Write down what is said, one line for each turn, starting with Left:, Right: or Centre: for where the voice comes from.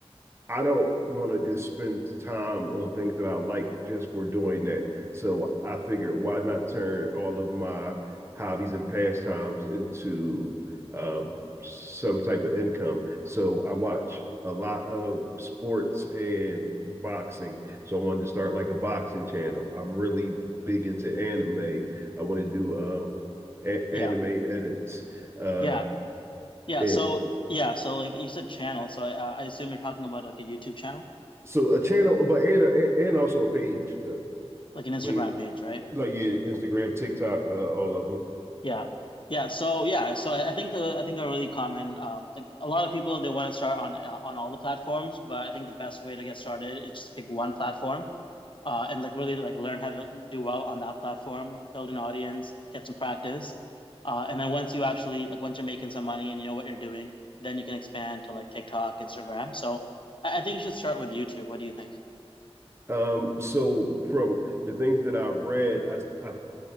Right: I don't want to just spend time on things that I like just for doing that. So I figured, why not turn all of my hobbies and pastimes into um, some type of income? So I watch a lot of sports and boxing. So I wanted to start like a boxing channel. I'm really big into anime. I want to do um, a-
Left: Yeah.
Right: anime edits uh,
Left: Yeah. Yeah,
Right: and
Left: so yeah, so like you said channel, so I I assume you're talking about like a YouTube channel,
Right: so a channel, but and and also a page. Uh,
Left: like an
Right: I
Left: Instagram
Right: mean,
Left: page, right?
Right: like yeah, Instagram, TikTok, uh, all of them.
Left: Yeah. Yeah, so yeah, so I I think the I think a really common um like a lot of people they want to start on uh, on all the platforms, but I think the best way to get started is just pick one platform uh and like really like learn how to do well on that platform, build an audience, get some practice. Uh and then once you actually like once you're making some money and you know what you're doing, then you can expand to like TikTok, Instagram. So I I think you should start with YouTube. What do you think?
Right: Um, so from the things that I've read, I, I've